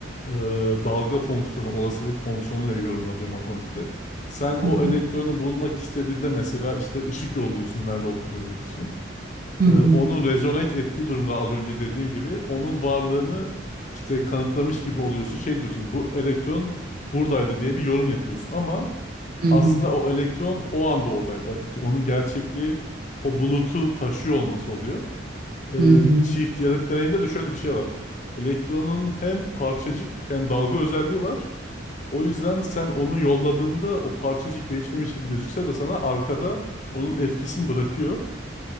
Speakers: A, on the left; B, on the right.
A: e, dalga fonksiyonu, olasılık fonksiyonuyla yorumlanıyor matematikte. Sen o
B: Hı hı.
A: elektronu bulmak istediğinde mesela işte ışık yolluyorsun nerede olduğunu görmek için.
B: Hı hı.
A: E, onun rezonate ettiği durumda az önce dediğim gibi onun varlığını işte kanıtlamış gibi oluyorsun. Şey diyorsun bu elektron buradaydı diye bir yorum yapıyorsun ama
B: Hı hı.
A: aslında o elektron o anda oradaydı. Onun gerçekliği o bulutu taşıyor olması oluyor e,
B: Hı hı.
A: çift yarık deneyinde de şöyle bir şey var. Elektronun hem parçacık hem dalga özelliği var. O yüzden sen onu yolladığında o parçacık geçmemiş gibi gözükse de sana arkada onun etkisini bırakıyor.